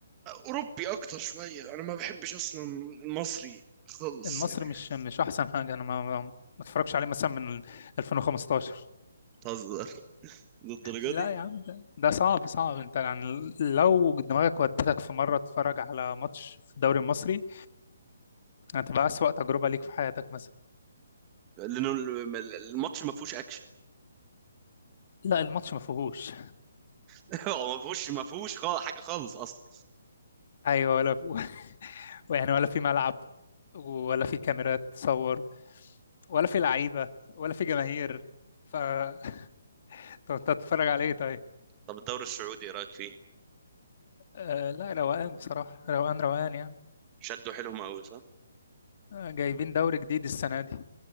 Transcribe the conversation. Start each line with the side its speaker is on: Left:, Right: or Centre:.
Right: اوروبي اكتر شويه انا ما بحبش اصلا المصري خالص
Left: المصري
Right: يعني
Left: مش مش احسن حاجة انا ما ما ما اتفرجش عليه مثلا من 2015
Right: بتهزر للدرجه
Left: لا
Right: دي
Left: يا عم ده ده صعب صعب انت يعني لو دماغك ودتك في مرة تتفرج على ماتش في الدوري المصري هتبقى أسوأ تجربة ليك في حياتك مثلا
Right: لانه الم- الماتش ما فيهوش اكشن
Left: لا الماتش ما فيهوش
Right: <laughs> هو ما فيهوش ما فيهوش خالص حاجه خالص اصلا
Left: ايوه ولا <laughs> يعني ولا في ملعب ولا في كاميرات تصور ولا في لعيبة ولا في جماهير ف <laughs> طب أنت هتتفرج عليه طيب
Right: طب الدوري السعودي ايه رايك فيه
Left: آه لا روقان بصراحة روقان روقان يعني
Right: شدوا حيلهم قوي صح
Left: آه، جايبين دوري جديد السنة دي